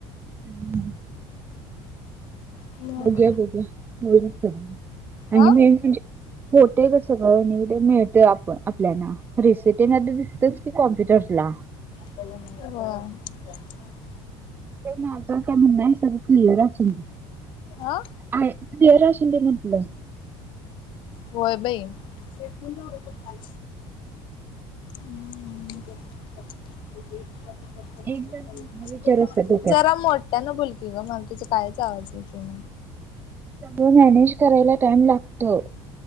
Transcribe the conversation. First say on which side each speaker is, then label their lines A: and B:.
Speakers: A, on the right (about 20°); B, on the left (about 45°).
A: हम्म.
B: मग
A: बघूया-बघूया <unintelligible> आणि
B: हा
A: मेन म्हणजे होते गं सगळं नीट मिळते, आप-आपल्याला रिसिटी न दिसत की कॉम्प्युटर ला.
B: ह
A: माझ काय म्हणन <unintelligible> ह सगळ क्लीअर असून
B: अं?
A: आय क्लिअर असून दे म्हटलं
B: होय बाई. हे फुललंत फल <unintelligible>
A: एक जण हा विचार असतो डोक्यात
B: <unintelligible> जरा मोठ. त्यांना बोलकी ग, माला तझा कायच आवाज नाई.
A: सगळं मॅनेज करायला टाइम लागतो.